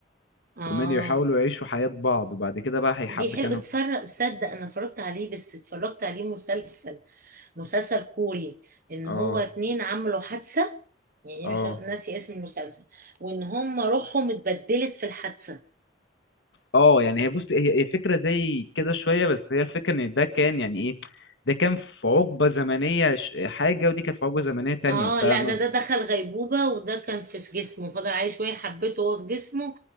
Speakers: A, on the right; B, on the left.
A: آه.
B: فمان يحاولوا يعيشوا حياة بعض وبعد كده بقى هيحب
A: دي حلو
B: كانوا
A: اتفرج صدق انا اتفرجت عليه بس اتفرجت عليه مسلسل مسلسل كوري ان
B: اه
A: هو اتنين عملوا حادثة يعني
B: اه
A: مش ناسي اسم المسلسل وان هم روحهم اتبدلت في الحادثة
B: اه يعني هي بص هي هي فكرة زي كده شوية بس هي الفكرة ان ده كان يعني ايه ده كان في عقبة زمنية ش- حاجة ودي كانت في عقبة زمنية تانية
A: اه
B: فاهمة
A: لا ده ده دخل غيبوبة وده كان في جسمه فضل عايش شوية حبته وهو في جسمه